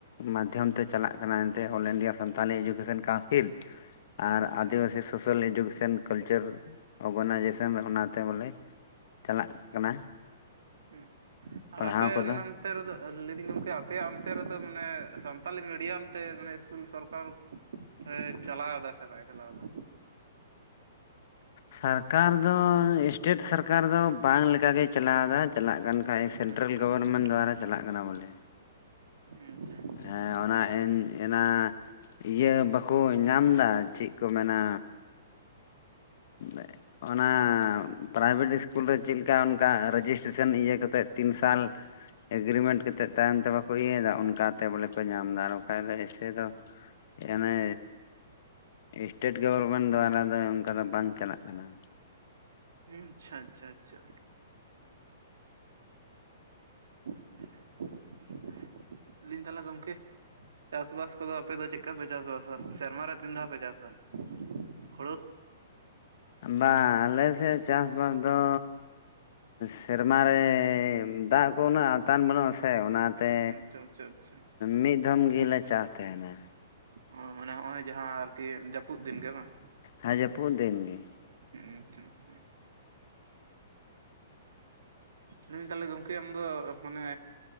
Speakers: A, on the left (about 60°); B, on the right (about 80°).
A: ᱢᱟ ᱚᱱᱛᱮ ᱪᱟᱞᱟᱜ ᱠᱟᱱᱟ ᱮᱱᱛᱮ all India Santali education council ᱟᱨ
B: ᱟᱪᱪᱷᱟ
A: ᱟᱹᱫᱤᱵᱟᱹᱥᱤ
B: ᱟᱪᱪᱷᱟ
A: ᱥᱳᱥᱟᱞ ᱮᱰᱩᱠᱮᱥᱚᱱ ᱠᱟᱞᱪᱟᱨ ᱚᱨᱜᱟᱱᱟᱭᱡᱮᱥᱚᱱ ᱚᱱᱟᱛᱮ ᱵᱚᱞᱮ ᱪᱟᱞᱟᱜ ᱠᱟᱱᱟ
B: ᱦᱩ ᱟᱨ
A: ᱯᱟᱲᱦᱟᱣ
B: ᱟᱯᱮ
A: ᱠᱚᱫᱚ
B: ᱚᱱᱟ ᱚᱱᱛᱮ ᱨᱮᱫᱚ ᱞᱟᱹᱭᱫᱟᱹᱧ ᱜᱚᱢᱠᱮ ᱟᱯᱮᱭᱟᱜ ᱚᱱᱛᱮ ᱨᱮᱫᱚ ᱢᱟᱱᱮ ᱥᱟᱱᱛᱟᱞᱤ ᱢᱤᱰᱤᱭᱟᱢ ᱛᱮ ᱢᱟᱱᱮ ᱤᱥᱠᱩᱞ ᱥᱚᱨᱠᱟᱨ ᱦᱳᱭ ᱪᱟᱞᱟᱣ ᱮᱫᱟ ᱥᱮ ᱵᱟᱭ ᱪᱟᱞᱟᱣ ᱮᱫᱟ
A: ᱥᱟᱨᱠᱟᱨ ᱫᱚ ᱥᱴᱮᱴ ᱥᱟᱨᱠᱟᱨ ᱫᱚ ᱵᱟᱝ ᱞᱮᱠᱟᱜᱮ ᱪᱟᱞᱟᱣᱮᱫᱟ ᱪᱟᱞᱟᱜ ᱠᱟᱱᱟ ᱵᱟᱠᱷᱟᱡ ᱥᱮᱱᱴᱨᱟᱞ
B: ᱟᱪᱪᱷᱟ
A: ᱜᱚᱵᱚᱨᱢᱮᱱᱴ
B: ᱟᱪᱪᱷᱟ
A: ᱫᱟᱨᱟᱭ ᱪᱟᱞᱟᱜ ᱠᱟᱱᱟ ᱵᱚᱞᱮ
B: ᱟᱪᱪᱷᱟ ᱟᱪᱪᱷᱟ
A: ᱦᱮᱸ
B: ᱟᱪᱪᱷᱟ
A: ᱚᱱᱟ ᱮᱱ ᱮᱱᱟ ᱤᱭᱟᱹ ᱵᱟᱠᱚ ᱧᱟᱢ ᱮᱫᱟ ᱪᱮᱫ ᱠᱚ ᱢᱮᱱᱟ <unintelligible> ᱚᱱᱟ ᱯᱨᱟᱭᱵᱷᱮᱴ ᱤᱥᱠᱩᱞ ᱨᱮ ᱪᱮᱫ ᱞᱮᱠᱟ ᱚᱱᱠᱟ ᱨᱮᱡᱤᱥᱴᱨᱮᱥᱚᱱ ᱤᱭᱟᱹ ᱠᱟᱛᱮᱫ ᱛᱤᱱ ᱥᱟᱞ ᱮᱜᱨᱤᱢᱮᱱᱴ ᱠᱟᱛᱮᱫ ᱛᱟᱭᱚᱢ ᱛᱮ ᱵᱟᱠᱚ ᱤᱭᱟᱹᱭᱮᱫᱟ ᱚᱱᱠᱟᱛᱮ ᱵᱚᱞᱮ ᱠᱚ ᱧᱟᱢ ᱮᱫᱟ ᱟᱨ ᱵᱟᱠᱷᱟᱡ ᱫᱚ ᱮᱥᱮ ᱫᱚ ᱮᱱᱮ ᱥᱴᱮᱴ ᱜᱚᱵᱷᱚᱨᱢᱮᱱᱴ ᱫᱟᱨᱟ ᱫᱚ ᱚᱱᱠᱟ ᱫᱚ ᱵᱟᱝ ᱪᱟᱞᱟᱜ ᱠᱟᱱᱟ
B: ᱟᱪᱪᱷᱟ ᱟᱪᱪᱷᱟ ᱟᱪᱪᱷᱟ ᱞᱟᱹᱭ ᱤᱫᱟᱹᱧ ᱛᱟᱷᱞᱮ ᱜᱚᱝᱠᱮ ᱪᱟᱥᱵᱟᱥ ᱠᱚᱫᱚ ᱟᱯᱮ ᱫᱚ ᱪᱮᱫᱠᱟ ᱯᱮ ᱪᱟᱥ ᱥᱮᱨᱢᱟ ᱨᱮ ᱫᱤᱱ ᱫᱷᱟᱣ ᱯᱮ ᱪᱟᱥᱟ ᱦᱩᱲᱩ
A: ᱵᱟᱝ ᱟᱞᱮᱥᱮᱫ ᱪᱟᱥᱵᱟᱥ ᱫᱚ ᱥᱮᱨᱢᱟ ᱨᱮ ᱫᱟᱜ ᱠᱚ ᱩᱱᱟᱹᱜ ᱟᱣᱛᱟᱱ ᱵᱟᱹᱱᱩᱜ-ᱟ ᱥᱮ ᱚᱱᱟ ᱛᱮ
B: ᱟᱪᱪᱷᱟ ᱟᱪᱪᱷᱟ ᱟᱪᱪᱷᱟ
A: ᱢᱤᱫ ᱫᱷᱚᱢ ᱜᱮᱞᱮ ᱪᱟᱥ ᱛᱟᱦᱮᱱᱟ
B: ᱚ ᱢᱟᱱᱮ ᱦᱚᱜ-ᱚᱭ ᱡᱟᱦᱟᱸ ᱟᱨᱠᱤ ᱡᱟᱹᱯᱩᱫ ᱫᱤᱱ ᱜᱮ ᱵᱟᱝ
A: ᱦᱮ ᱡᱟᱹᱯᱩᱫ ᱫᱤᱱ ᱜᱮ
B: ᱦᱮ ᱟᱪᱪᱷᱟ ᱟᱪᱪᱷᱟ ᱞᱟᱹᱭ ᱮᱫᱟᱭ ᱛᱟᱦᱞᱮ ᱜᱚᱢᱠᱮ ᱟᱢ ᱫᱚ ᱢᱟᱱᱮ